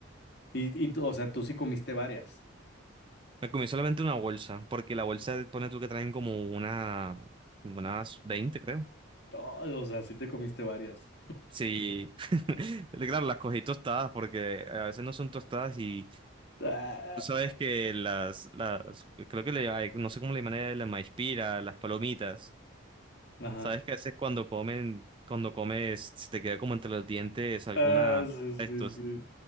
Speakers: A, on the left; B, on the right.
A: Y, y tú, o sea, tú sí comiste varias.
B: Me comí solamente una bolsa, porque la bolsa pone tú que traen como una, unas 20 creo.
A: Oh, o sea, sí te comiste varias.
B: Sí, <laughs> claro, las cogí tostadas porque a veces no son tostadas y
A: <laughs>
B: tú sabes que las, las, creo que le, ay, no sé cómo le llaman de la maíz pira, las palomitas,
A: Ajá.
B: sabes que a veces cuando comen, cuando comes, se te queda como entre los dientes alguna,
A: Ah, sí,
B: esto,
A: sí, sí.